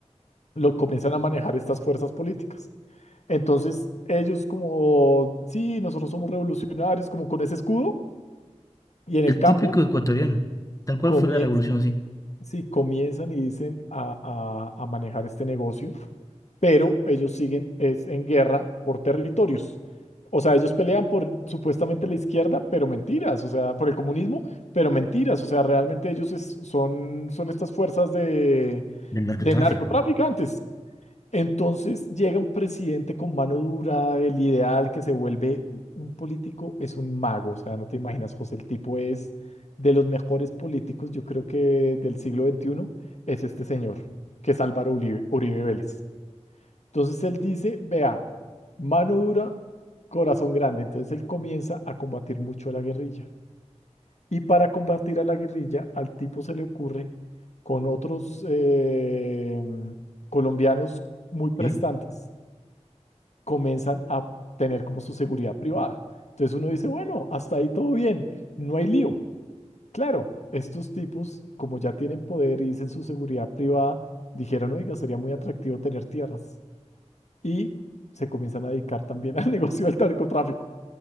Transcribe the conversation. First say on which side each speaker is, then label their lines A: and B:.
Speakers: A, on the left (about 70°); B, on the left (about 25°).
A: lo comienzan a manejar estas fuerzas políticas. Entonces ellos como, sí, nosotros somos revolucionarios, como con ese escudo, y en
B: el
A: el campo
B: típico ecuatoriano, tal cual
A: comienzan
B: fue la revolución así,
A: si comienzan y dicen a, a- a manejar este negocio, pero ellos siguen es en guerra por territorios. O sea, ellos pelean por supuestamente la izquierda, pero mentiras, o sea, por el comunismo, pero mentiras, o sea, realmente ellos es- son, son estas fuerzas de,
B: del narcotráfico.
A: de narcotraficantes. Entonces llega un presidente con mano dura, el ideal que se vuelve un político es un mago, o sea, no te imaginas, José, el tipo es de los mejores políticos, yo creo que del siglo XXI, es este señor, que es Álvaro Uribe, Uribe Vélez. Entonces él dice, vea, mano dura, corazón grande, entonces él comienza a combatir mucho a la guerrilla. Y para combatir a la guerrilla, al tipo se le ocurre con otros eh, colombianos muy
B: ok.
A: prestantes comienzan a tener como su seguridad privada. Entonces uno dice, bueno, hasta ahí todo bien, no hay lío. Claro, estos tipos, como ya tienen poder y dicen su seguridad privada, dijeron, oiga, sería muy atractivo tener tierras. Y se comienzan a dedicar también al <laughs> negocio del narcotráfico.